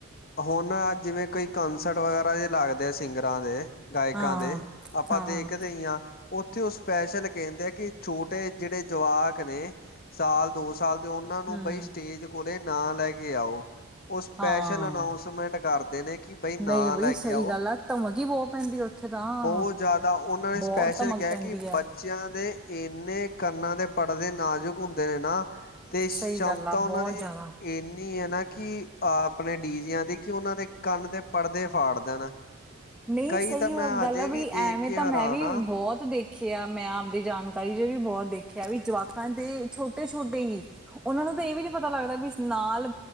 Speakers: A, on the left; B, in the centre.
A: ਹੁਣ ਜਿਵੇਂ ਕੋਈ ਕੌਸੰਟ ਵਗੈਰਾ ਜੇ ਲੱਗਦੇ ਆ ਸਿੰਗਰਾਂ ਦੇ ਗਾਇਕਾਂ
B: ਹਾਂ
A: ਦੇ ਆਪਾਂ
B: ਹਾਂ
A: ਦੇਖਦੇ ਹੀ ਹਾਂ। ਉੱਥੇ ਉਹ ਸਪੈਸ਼ਲ ਕਹਿੰਦੇ ਆ, ਕਿ ਛੋਟੇ ਜਿਹੜੇ ਜਵਾਕ ਨੇ ਸਾਲ ਦੋ ਸਾਲ ਤੇ ਉਹਨਾਂ ਨੂੰ
B: ਹਮ
A: ਬਈ ਸਟੇਜ ਕੋਲੇ ਨਾ ਲੈ ਕੇ ਆਓ, ਉਹ ਸਪੈਸ਼ਲ
B: ਹਾਂ
A: ਸਪੈਸ਼ਲ ਅਨਾਊਸਮੈਂਟ ਕਰਦੇ ਨੇ ਕਿ ਬਾਈ ਨਾ
B: ਨਹੀਂ ਬਈ
A: ਲੈ
B: ਸਹੀ
A: ਕੇ ਆਓ।
B: ਗੱਲ ਆ ਧਮਕ ਹੀ ਬਹੁਤ ਪੈਂਦੀ ਉੱਥੇ ਤਾਂ
A: ਬਹੁਤ ਜ਼ਿਆਦਾ ਉਹਨਾਂ ਨੇ
B: ਬਹੁਤ
A: ਸਪੈਸ਼ਲ
B: ਧਮਕ
A: ਕੈ,
B: ਪੈਂਦੀ
A: ਕੇ
B: ਹੈ
A: ਬੱਚਿਆਂ ਦੇ ਇੰਨੇ ਕੰਨਾਂ ਦੇ ਪੜ੍ਹਦੇ ਨਾਜ਼ੁਕ ਹੁੰਦੇ ਨੇ ਨਾ, ਤੇ
B: ਸਹੀ
A: ਸ਼ਮਤਾ
B: ਗੱਲ ਆ
A: ਉਹਨਾਂ
B: ਬਹੁਤ
A: ਦੀ
B: ਜ਼ਿਆਦਾ
A: ਇੰਨੀ ਹੈ ਨਾ, ਕਿ ਆਪ ਆਪਣੇ ਡਿਜਿਆ ਦੀ ਕਿ ਉਹਨਾਂ ਦੇ ਕੰਨ ਦੇ ਪੜਦੇ ਫਾੜ ਦੇਣ।
B: ਨਹੀਂ,
A: ਕਈ
B: ਸਹੀ
A: ਤਾਂ ਮੈਂ
B: ਗੱਲ
A: ਹਜੇ
B: ਹੈ,
A: ਵੀ ਦੇਖ
B: ਐਵੇਂ
A: ਕੇ
B: ਤਾਂ
A: ਹੈਰਾਨ
B: ਮੈਂ ਵੀ
A: ਆ
B: ਬਹੁਤ ਦੇਖ ਦੇਖੇ ਆ ਮੈਂ ਆਪਦੀ ਜਾਣਕਾਰੀ ਚ ਵੀ ਬਹੁਤ ਦੇਖਿਆ ਹੈ, ਬਈ ਜਵਾਕਾਂ ਤੇ ਛੋਟੇ ਛੋਟੇ ਹੀ। ਉਹਨਾਂ ਨੂੰ ਤਾਂ ਇਹ ਵੀ ਨੀ ਪਤਾ ਲੱਗਦਾ ਵੀ ਨਾਲ